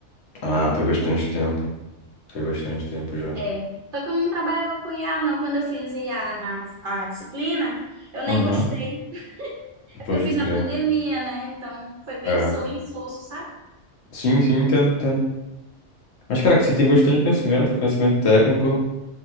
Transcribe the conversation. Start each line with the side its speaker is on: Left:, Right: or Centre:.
Left: Ah, faz bastante tempo. Faz bastante tempo já.
Right: É, só que eu não trabalhava com IA, não. Quando eu fiz IA na a disciplina, eu nem
Left: Aham,
Right: gostei. É
Left: pode
Right: porque eu fiz
Left: crer.
Right: na pandemia, né? Então foi bem
Left: É.
Right: so, insosso, sabe?
Left: Sim, sim, entendo, entendo. Mas, cara, que você tem bastante conhecimento, conhecimento técnico.